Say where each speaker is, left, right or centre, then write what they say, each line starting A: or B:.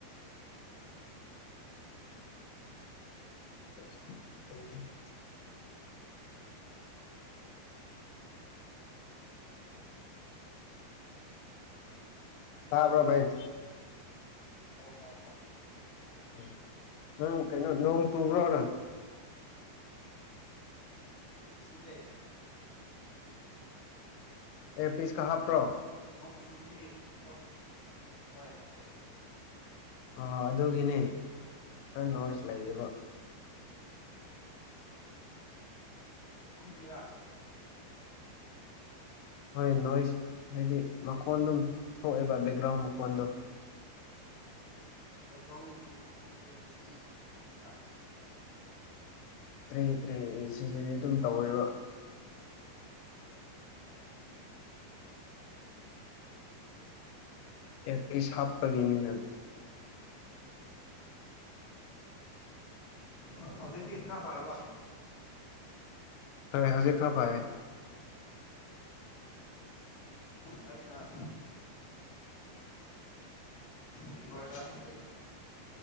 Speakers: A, on the left (about 85°); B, on the left (about 50°).
A: <unintelligible> ꯇꯥꯕ꯭ꯔꯣ ꯚꯥꯏ
B: ꯍꯣꯏ ꯇꯥꯏ ꯇꯥꯏ
A: ꯎꯝ ꯅꯪ ꯀꯩꯅꯣ ꯅꯣꯡ
B: ꯂꯣꯏꯔꯕꯣ
A: ꯆꯨꯕ꯭ꯔꯣꯅꯦ
B: ꯌꯨ ꯁꯨꯗꯦ
A: ꯑꯦꯌꯔꯄꯤꯁꯀ ꯍꯥꯞꯄ꯭ꯔꯣ
B: ꯅꯣꯡ ꯆꯨꯕꯒꯤ ꯈꯣꯏ ꯍꯣꯏ ꯍꯥꯞꯄꯦ
A: ꯑ ꯑꯗꯨꯒꯤꯅꯦ ꯈꯔ ꯅꯣꯏꯁ ꯂꯩꯌꯦꯕ
B: ꯑꯁꯤꯡꯀꯤꯔꯣ
A: ꯍꯣꯏ ꯅꯣꯏꯁ ꯍꯥꯏꯗꯤ ꯃꯈꯣꯟ ꯑꯗꯨꯝ ꯊꯣꯛꯑꯦꯕ ꯕꯦꯛꯒ꯭ꯔꯥꯎꯟ ꯃꯈꯣꯟꯗꯣ
B: ꯕꯦꯛꯒ꯭ꯔꯥꯎꯟꯒꯤ ꯃꯈꯣꯟꯁꯦ ꯏꯁꯤꯡꯒꯤ ꯃꯥꯟꯕ꯭ꯔꯥ
A: ꯇ꯭ꯔꯦ ꯇ꯭ꯔꯦ <unintelligible> ꯑꯗꯨꯝ ꯇꯧꯋꯦꯕ ꯑꯦꯌꯔꯄꯤꯁ ꯍꯥꯞꯄꯒꯤꯅꯤ ꯅꯪ
B: ꯑꯣ ꯍꯧꯖꯤꯛꯇꯤ ꯈꯔ ꯐꯔꯕꯣ
A: ꯐꯔꯦ ꯍꯧꯖꯤꯛ ꯈꯔ ꯐꯥꯌꯦ
B: ꯑꯩꯅ ꯔꯤꯕꯔꯗ ꯂꯩꯕꯒꯤ